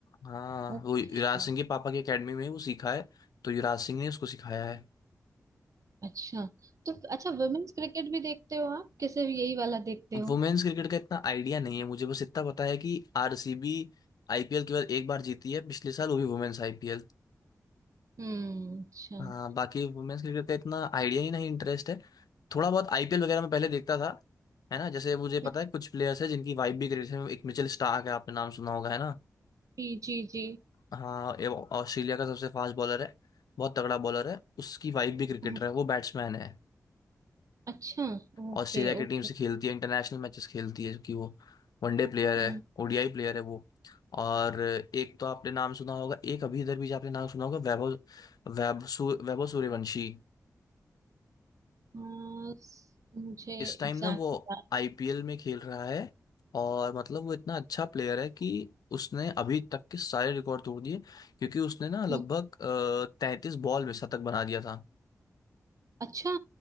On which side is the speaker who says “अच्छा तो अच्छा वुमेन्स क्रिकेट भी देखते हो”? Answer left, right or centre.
Right